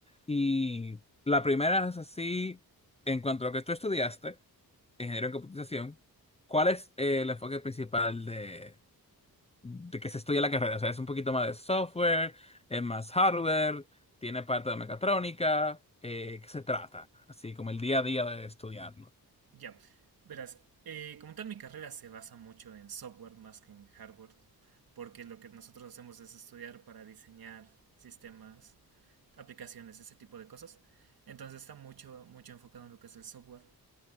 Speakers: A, on the left; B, on the right.
A: Y la primera es así, en cuanto a lo que tú estudiaste, ingeniero en computación, ¿cuál es eh, el enfoque principal de, de que se estudia la carrera? O sea, es un poquito más de software, es más hardware, tiene parte de mecatrónica, eh, ¿qué se trata? Así como el día a día de estudiarlo.
B: Ya, verás, eh, como tal mi carrera se basa mucho en software más que en hardware, porque lo que nosotros hacemos es estudiar para diseñar sistemas, aplicaciones, ese tipo de cosas. Entonces está mucho, mucho enfocado en lo que es el software